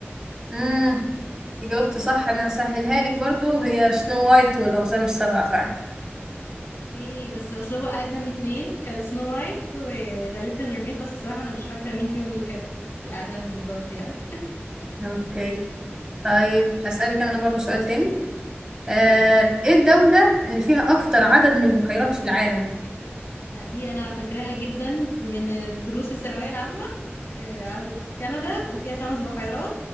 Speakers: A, on the right (about 20°); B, on the left (about 80°).
A: مم. جاوبت صح أنا هسهلها لك برضو هي سنو وايت والأقزام السبعة فعلا
B: ايه بس اصل هو اقدم اتنين كان سنو وايت وذا ليتل ميرميد بس الصراحه انا مش فاكره مين فيهم اللي كانت الاقدم بالظبط يعني
A: أوكي طيب هسألك أنا برضو سؤال تاني
B: اوكي
A: آه،
B: يلا
A: إيه الدولة اللي فيها أكتر عدد من البحيرات في العالم؟
B: لا دي انا فاكراها جدا من دروس الثانويه العامه آه، عدت كندا وفيها خمس بحيرات